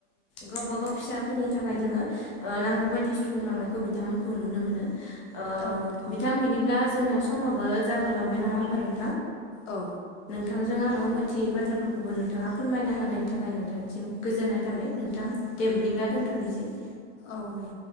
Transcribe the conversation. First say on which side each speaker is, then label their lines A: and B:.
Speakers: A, on the left; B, on the left.
A: गावबा गाव फिसाफोरनि थाखाय जोंङो ओ नांगौ बायदि सुफुंलांनायखौ बिथांमोनखौ नुनो मोनो। ओ
B: औ नंगौ
A: बिथां बिदिब्ला जोंना समाबो जाहोलांबाय नंङा होमबा नों
B: औ
A: थांजों आंङो मिथियै बाथ्राफोरखौबो नोंथांङा फोरमायनो हानायनि थाखाय नोंथांसिम गोजोननाय थाबाय नोंथां। दे बिदिब्ला दोन्थ'नोसै।
B: औ दे।